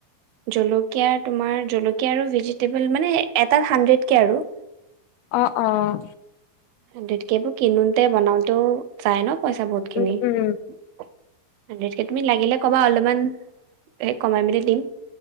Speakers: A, on the right; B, on the left.
A: জলকীয়া তোমাৰ জলকীয়া আৰু ভেজিটেবল মানে এটাত হাণ্ড্ৰেডকে আৰু।
B: অহ অহ।
A: বস্তু বোৰ কিনোতে বনাওঁটেও। জাই ন? পইচা বহুত খিনি।
B: উম উম
A: গোটেই খিনি লাগিলে কবা অলপ মান কমাই মেলি দিম।